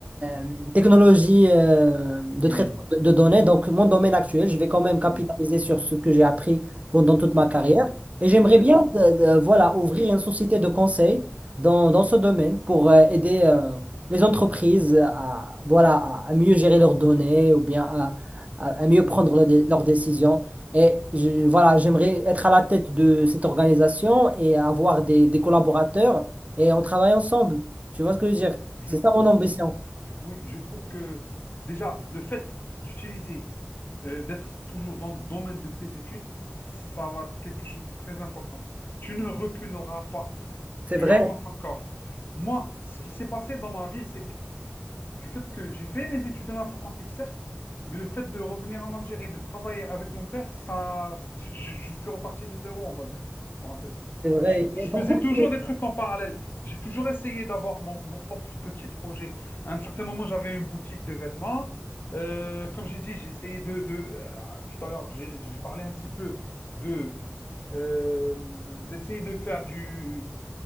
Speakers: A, on the right (about 35°); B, on the left (about 55°).
A: euh, technologie euh, de
B: oui,
A: traitement de, de données. Donc, mon domaine actuel, je vais quand même capitaliser
B: oui,
A: sur ce que j'ai appris pendant toute ma carrière.
B: oui,
A: Et j'aimerais
B: c'est clair.
A: bien euh, euh, voilà, ouvrir une société de conseil dans, dans ce domaine pour euh, aider. euh, les entreprises à, voilà, à, à mieux gérer leurs données ou bien à, à- à mieux prendre leurs dé- leurs décisions. Et je- voilà, j'aimerais être à la tête de cette organisation et avoir des, des collaborateurs et on travaille ensemble. Tu vois ce que je veux
B: Je,
A: dire?
B: je-
A: C'est ça mon ambition.
B: je- oui, je trouve que déjà, le fait d'utiliser, euh, d'être toujours dans le domaine de tes études, ça va être quelque chose de très important. Tu ne reculeras pas,
A: C'est
B: tu
A: vrai,
B: avances encore. Moi, ce qui s'est passé dans ma vie, c'est que du fait que j'ai fait mes études en informatique, certes, mais le fait de revenir en Algérie, et de travailler avec mon père, ça, je, je- suis reparti de zéro, on va dire. Parenthèse.
A: c'est vrai.
B: Je, je
A: Mais pourquoi?
B: faisais toujours
A: tu-
B: des trucs en parallèle. J'ai toujours essayé d'avoir mon, mon propre petit projet. À un certain moment, j'avais une boutique de vêtements. Euh, comme j'ai dit, j'ai essayé de, de euh, tout à l'heure, j'ai j'ai parlé un petit peu de euh, d'essayer de faire du